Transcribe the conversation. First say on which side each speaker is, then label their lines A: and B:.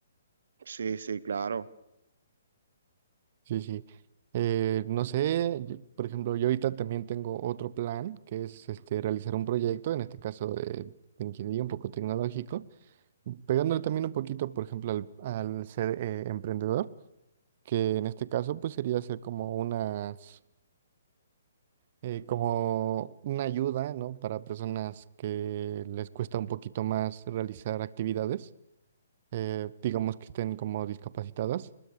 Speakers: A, on the right; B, on the right.
A: Sí, sí, claro.
B: Sí, sí. Eh, no sé, yo- por ejemplo, yo ahorita también tengo otro plan, que es este, realizar un proyecto, en este caso de, de ingeniería un poco tecnológico, pegándole también un poquito, por ejemplo, al, al ser eh, emprendedor, que en este caso pues sería hacer como unas, eh, como una ayuda, ¿no? Para personas que les cuesta un poquito más realizar actividades eh, digamos que estén como discapacitadas.